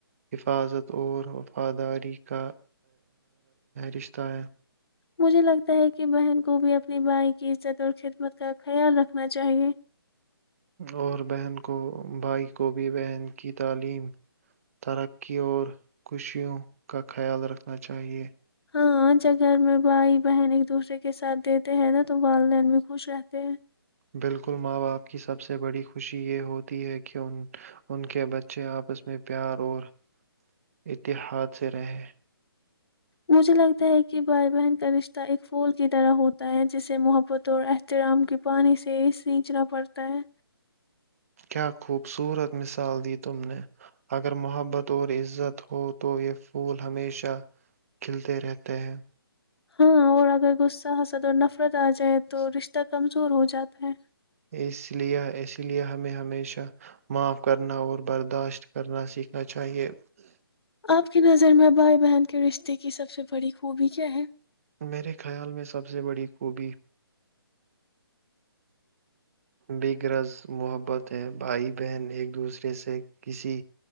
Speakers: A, on the right (about 35°); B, on the left (about 75°).
A: حفاظت اور وفاداری کا رشتہ ہے
B: مجھے لگتا ہے کہ بہن کو بھی اپنی بھائی کی عزت اور خدمت کا خیال رکھنا چاہیے
A: اور بہن کو بھائی کو بھی بہن کی تعلیم ترقی اور خوشیوں کا خیال رکھنا چاہیے
B: ہاں جب گھر میں بھائی بہن ایک دوسرے کے ساتھ دیتے ہیں نا تو والدین بھی خوش رہتے ہیں
A: بالکل ماں باپ کی سب سے بڑی خوشی یہ ہوتی ہے کہ ان کے بچے آپس میں پیار اور اتحاد سے رہیں
B: مجھے لگتا ہے کہ بھائی بہن کا رشتہ ایک پھول کی طرح ہوتا ہے جسے محبت اور احترام کے پانی سے سینچنا پڑتا ہے
A: کیا خوبصورت مثال دی تم نے اگر محبت اور عزت ہو تو یہ پھول ہمیشہ کھلتے رہتے ہیں
B: ہاں اور اگر غصہ حصد اور نفرت آ جائے تو رشتہ کمزور ہو جاتا ہے
A: اس لئے اس لئے ہمیں ہمیشہ معاف کرنا اور برداشت کرنا سیکھنا چاہیئے
B: آپ کی نظر میں بھائی بہن کے رشتے کی سب سے بڑی خوبی کیا ہے
A: میرے خیال میں سب سے بڑی خوبی ب گرز محبت ہے بھائی بہن ایک دوسرے سے کسی